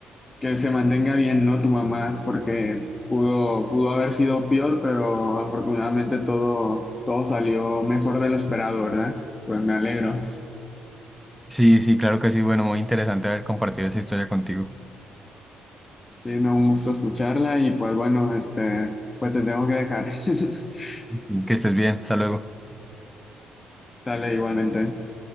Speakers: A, on the left (about 20°); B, in the centre.
A: que se mantenga bien, ¿no? Tu mamá, porque pudo, pudo haber sido peor, pero afortunadamente todo, todo salió mejor de lo esperado, ¿verdad? Pues me alegro.
B: Sí, sí, claro que sí. Bueno, muy interesante haber compartido esa historia contigo.
A: Sí, no, un gusto escucharla y pues bueno, este, pues te tengo que dejar. <laughs>
B: Sí, Que estés bien. Hasta luego.
A: Sale igualmente.